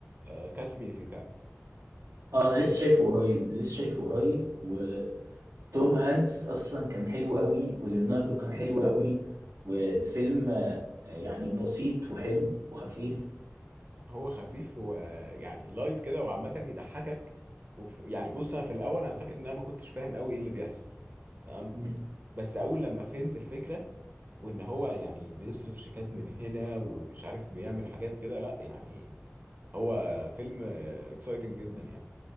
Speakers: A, on the right; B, on the right.
A: كاتش مي اف يو كان
B: اه انا لسه شايفه قريب لسه شايفه قريب وتوم هانكس اصلا كان حلو أوي وليوناردو كان حلو أوي والفيلم آه، يعني بسيط وحلو وخفيف
A: هو خفيف ويعني لايت كده وعامه يضحكك وف... يعني بص انا في الاول انا فاكر ان انا ما كنتش فاهم قوي ايه اللي بيحصل تمام
B: مم.
A: بس اول لما فهمت الفكره وان هو يعني بيصرف شيكات من هنا ومش عارف بيعمل حاجات كده لا يعني هو فيلم اكسايتنج جدا يعني